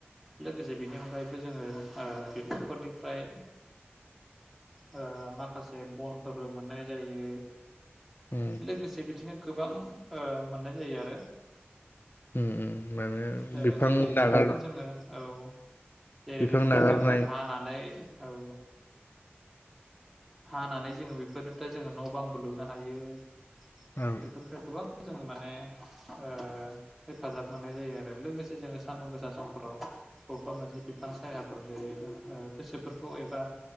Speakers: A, in the centre; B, on the left.
A: लोगोसे बेनि अनगायैबो जोङो ओ बिफांफोरनिफ्राय ओ माखासे बनफोरबो मोननाय जायो
B: उम
A: लोगोसे बिदिनो गोबां ओ मोननाय जायो आरो
B: उम माने
A: ओ
B: बिफां
A: जेरै
B: नागार
A: बेफोरखौ जोङो औ जेरै
B: बिफां
A: बेफोरखौ
B: नागारनाय
A: जोङो हानानै औ हानानै जोङो बेफोरनिफ्राय जोङो नबांबो लुनो हायो बेफोरनिफ्राय
B: औ
A: गोबां जोङो मान ने ओ हेफाजाब मोननाय जायो आरो लोगोसे जोङो सानदुं गोसा समफ्राव बबेबा मोनसे बिफां साया जा ओ गोसोफोरखौ एबा